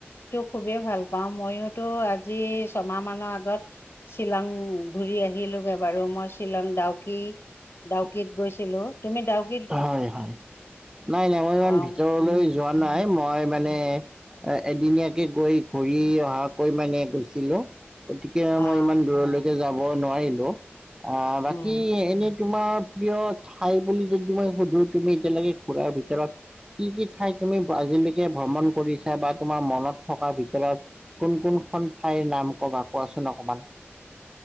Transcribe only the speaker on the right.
হয়, হয়, নাই নাই মই ইমান
ভিতৰলৈ
যোৱা নাই। মই মানে, এদিনীয়াকে গৈ ঘূৰি অহাকৈ মানে গৈছিলোঁ। গতিকে
মই ইমান দূৰলৈকে যাব নোৱাৰিলোঁ। আহ বাকী
এনে, তোমাৰ প্ৰিয় ঠাই বুলি যদি মই সুধো। তুমি এতিয়ালৈকে ঘূৰাৰ ভিতৰত কি কি ঠাইত তুমি আজিলৈকে ভ্ৰমণ কৰিছা? বা তোমাৰ মনত থকাৰ ভিতৰত, কোন কোনখন ঠাইৰ নাম কবা, কোৱাচোন অকণমান?